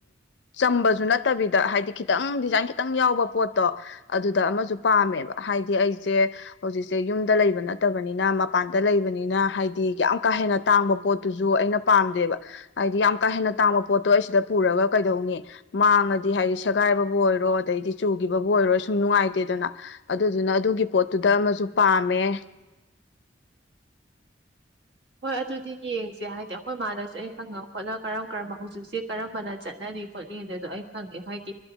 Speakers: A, on the left; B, on the right.
A: ꯆꯝꯕꯁꯨ ꯅꯠꯇꯕꯤꯗ ꯍꯥꯏꯗꯤ ꯈꯤꯇꯪ ꯗꯤꯖꯥꯏꯟ ꯈꯤꯇꯪ ꯌꯥꯎꯕ ꯄꯣꯠꯇꯣ ꯑꯗꯨꯗ ꯑꯃꯁꯨ ꯄꯥꯝꯃꯦꯕ ꯍꯥꯏꯗꯤ ꯑꯩꯁꯦ ꯍꯧꯖꯤꯛꯁꯦ ꯌꯨꯝꯗ ꯂꯩꯕ ꯅꯠꯇꯕꯅꯤꯅ ꯃꯄꯥꯟꯗ ꯂꯩꯕꯅꯤꯅ ꯍꯥꯏꯗꯤ ꯌꯥꯝ ꯀꯥ ꯍꯦꯟꯅ ꯇꯥꯡꯕ ꯄꯣꯠꯇꯨꯁꯨ ꯑꯩꯅ ꯄꯥꯝꯗꯦꯕ ꯍꯥꯏꯗꯤ ꯌꯥꯝ ꯀꯥ ꯍꯦꯟꯅ ꯇꯥꯡꯕ ꯄꯣꯠꯇꯣ ꯑꯩ ꯁꯤꯗ ꯄꯨꯔꯒ ꯀꯩꯗꯧꯅꯤ ꯃꯥꯡꯉꯗꯤ ꯍꯥꯏꯗꯤ ꯁꯦꯒꯥꯏꯕꯕꯨ ꯑꯣꯏꯔꯣ ꯑꯗꯩꯗꯤ ꯆꯨꯈꯤꯕꯕꯨ ꯑꯣꯏꯔꯣ ꯁꯨꯝ ꯅꯨꯡꯉꯥꯏꯇꯦꯗꯅ ꯑꯗꯨꯗꯨꯅ ꯑꯗꯨꯒꯤ ꯄꯣꯠꯇꯨꯗ ꯑꯃꯁꯨ ꯇꯨ ꯄꯥꯝꯃꯦ
B: ꯍꯣꯏ ꯑꯗꯨꯗꯤ ꯌꯦꯡꯁꯦ ꯍꯥꯏꯗꯤ ꯑꯩꯈꯣꯏ ꯏ ꯃꯥꯅꯁꯨ ꯑꯩ ꯍꯪꯉ ꯈꯣꯠꯂ ꯀꯔꯝ ꯀꯔꯝꯕ ꯍꯧꯖꯤꯛꯁꯦ ꯀꯔꯝꯕꯅ ꯆꯠꯅꯔꯤ ꯈꯣꯠꯂꯤ ꯑꯗꯣ ꯑꯩ ꯍꯪꯉꯦ ꯍꯥꯏꯗꯤ